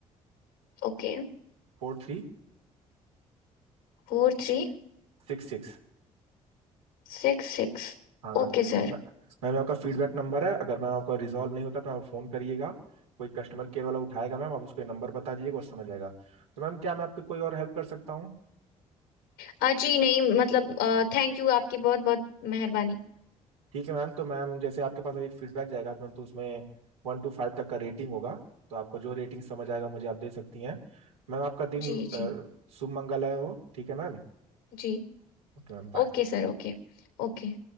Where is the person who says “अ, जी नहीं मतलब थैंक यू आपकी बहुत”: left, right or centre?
Left